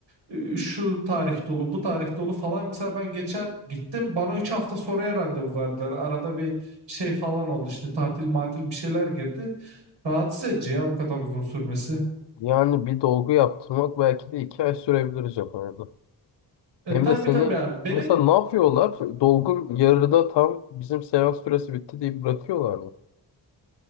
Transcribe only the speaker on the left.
Yani bir dolgu yaptırmak belki de iki ay sürebilir Japonya'da.
Hem
de seni
mesela ne yapıyorlar? Dolgun yarıda tam bizim seans süresi bitti deyip bırakıyorlar mı?